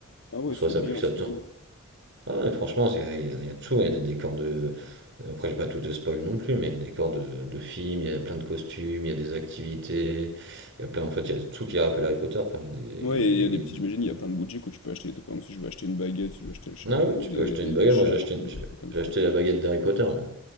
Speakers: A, on the left; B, on the right.
A: Ah ouais,
B: en soi,
A: c'est
B: ça
A: bien,
B: pue, ça
A: c'est
B: tend.
A: bien.
B: Ah, mais franchement, c'est- il y, a il y a de tout. Il y a des décors de. Après, j'ai pas tout de spoil non plus, mais il y a des décors de, de films, il y a plein de costumes, il y a des activités. Il y a plein, en fait, il y a tout qui rappelle Harry Potter. Enfin, il y a des. Il
A: Ouais
B: y a des,
A: et
B: il
A: il y a des petits j'imagine, il y
B: y
A: a
B: a
A: plein
B: des...
A: de boutiques où tu peux acheter par exemple, si je veux acheter une baguette, si je veux acheter le chapeau,
B: Ah oui,
A: des
B: tu peux acheter
A: des
B: une baguette.
A: des écharpes,
B: Moi, j'ai acheté, une- j'ai
A: des trucs comme
B: j'ai
A: ça.
B: acheté la baguette d'Harry Potter. moi.